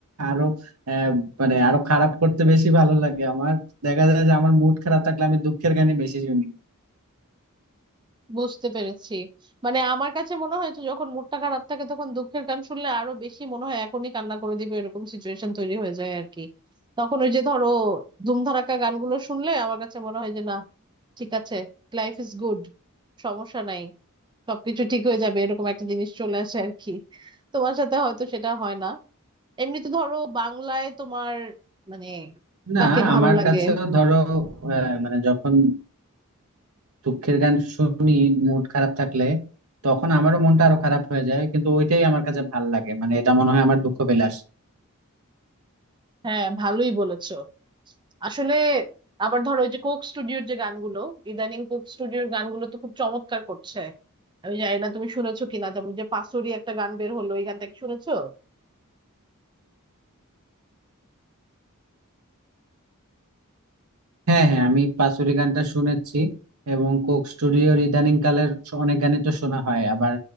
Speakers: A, on the right; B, on the right.
A: আরো আহ, মানে আরো খারাপ করতে বেশি ভালো লাগে আমার দেখা যায় যে আমার মুড খারাপ থাকলে আমি দুঃখের গানই বেশি শুনি
B: বুঝতে পেরেছি মানে আমার কাছে মনে হয় যে যখন মুডটা খারাপ থাকে তখন দুঃখের গান শুনলে আরো বেশি মনে হয় এখনই কান্না করে দিবে এরকম সিচুয়েশন তৈরি হয়ে যায় আর কি তখন ওই যে ধরো ধুমধাড়াক্কা গানগুলো শুনলে আমার কাছে মনে হয় যে না ঠিক আছে লাইফ ইজ গুড সমস্যা নাই সবকিছু ঠিক হয়ে যাবে এরকম একটা জিনিস চলে আসে আর কি তোমার সাথে হয়তো সেটা হয় না এমনিতে ধরো বাংলায় তোমার মানে
A: না
B: কাকে ভালো
A: আমার
B: লাগে
A: কাছে ধরো আহ, মানে যখন দুঃখের গান শুনি মুড খারাপ থাকলে তখন আমারও মনটা আরো খারাপ হয়ে যায় কিন্তু ওইটাই আমার কাছে ভাল লাগে মানে এটা মনে হয় আমার দুঃখ বিলাস
B: হ্যাঁ ভালোই বলেছো আসলে আবার ধরো ওই যে কোক স্টুডিওর যে গানগুলো ইদানিং কোক স্টুডিওর গানগুলো তো খুব চমৎকার করছে আমি জানি না তুমি শুনেছো কিনা যেমন যে পাসুরি একটা গান বের হলো এই গানটা কি শুনেছো
A: হ্যাঁ হ্যাঁ আমি বাঁশুরি গানটা শুনেছি এবং কোক স্টুডিওর ইদানিং কালের অনেক গানই তো শোনা হয় আবার